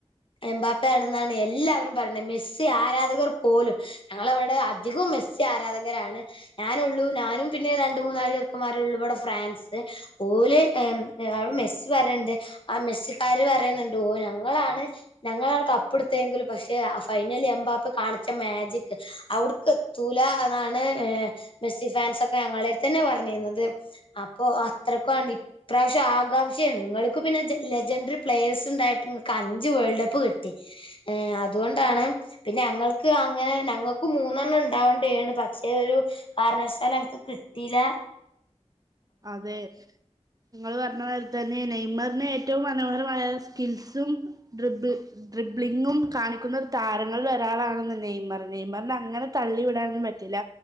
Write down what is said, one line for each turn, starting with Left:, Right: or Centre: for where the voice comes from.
Left: എമ്പാപ്പ ആണെന്നാണ് എല്ലാവരും പറയ്ണെഹ് മെസ്സി ആരാധകർ പോലും ഞങ്ങളവടെ അധികും മെസ്സി ആരാധകരാണ് ഞാനോ ള്ളൂ ഞാനും പിന്നെ രണ്ട് മൂന്നാല് ചെക്കമാരു ഉള്ളു ഇവടെ ഫ്രാൻസ് ഓല് ഏഹ് ഏ ഹ് മെസ്സി പറയ്ണ്ട് ആ മെസ്സിക്കാര് പറയ്ണ്‌ണ്ട് ഓ ഞങ്ങളാണ് ഞങ്ങള ആണ് കപ്പെടുത്തെങ്കിലും പഷെ ഫൈനലി എമ്പാപ്പ കാണിച്ച മാജിക് ഔട്ക്ക് എത്തൂല ന്നാണ് മെസ്സി ഫാൻസ് ഒക്കെ ഞങ്ങളെട് തന്നെ പർണീനത് അപ്പൊ അത്രക്കാണി. ഇപ്രാവശ്യം ആകാംക്ഷയാണ് നിങ്ങൾക്ക് പിന്നെ ജെ ലജൻട്രി പ്ലേയേഴ്‌സ്ണ്ടായിട്ട് ഇങ്ങക്ക് അഞ്ച് വേൾഡപ് പ്പ് കിട്ടി ഏഹ് അതുകൊണ്ടാണ് പിന്നെ ഞങ്ങൾക്ക് അങ്ങനെ ഞങ്ങക്കും മൂന്നെണ്ണം ണ്ടാവഡ്യെണ് പക്ഷെ ഒരു കാരണ വശാൽ അൻക്ക് കിട്ടീല്ല.
Right: അതെ. ഇങ്ങള്പർണമായ്രി തന്നെ നൈമർന്ന് ഏറ്റവും മനോഹരമായ സ്കിൽസും ഡ്രിബ് ഡ്രിബ്ലിങ്ങും കാണിക്കുന്ന ഒരു താരങ്ങളിൽ ഒരാളാണെന്ന് നെയ്മർ നെയ്മർന്നെ അങ്ങനെ തള്ളിവിടാനോന്നും പറ്റില്ല